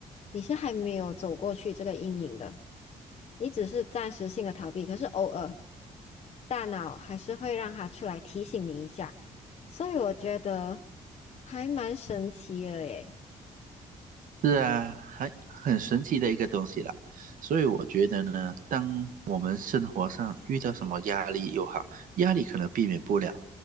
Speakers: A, on the left (about 50°); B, on the right (about 75°).
A: 你是还没有走过去这个阴影的，你只是暂时性的逃避，可是偶尔大脑还是会让它出来提醒你一下，所以我觉得还蛮神奇的耶。
B: 是啊，很很神奇的一个东西啦。所以我觉得呢，当我们生活上遇到什么压力又好，压力可能避免不了。